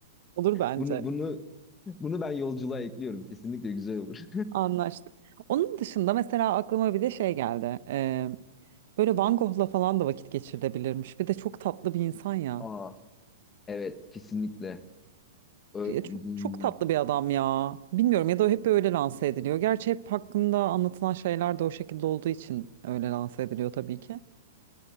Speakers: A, on the right; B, on the left.
A: <laughs> Olur bence.
B: Bunu bunu bunu ben yolculuğa ekliyorum. Kesinlikle güzel olur.
A: Anlaştık. Onun dışında mesela aklıma bir de şey geldi. E, böyle Van Gogh'la falan da vakit geçirilebilirmiş. Bir de çok tatlı bir insan ya.
B: Aa, evet kesinlikle. Ö-
A: Ya
B: bu-
A: çok, çok tatlı bir adam ya. Bilmiyorum ya da hep öyle lanse ediliyor. Gerçi hep hakkında anlatılan şeyler de o şekilde olduğu için öyle lanse ediliyor tabii ki.